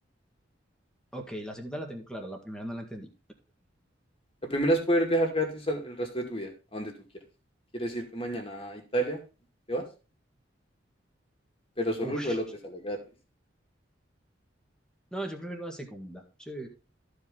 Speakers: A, in the centre; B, on the left (about 30°).
A: ok, la segunda la tengo clara, la primera no la entendí.
B: La primera es poder viajar gratis al, el resto de tu vida, a donde tú quieras. ¿Quieres irte mañana a Italia? Te vas, pero solo
A: Ush.
B: el vuelo te sale gratis.
A: No, yo prefiero la segunda, sí,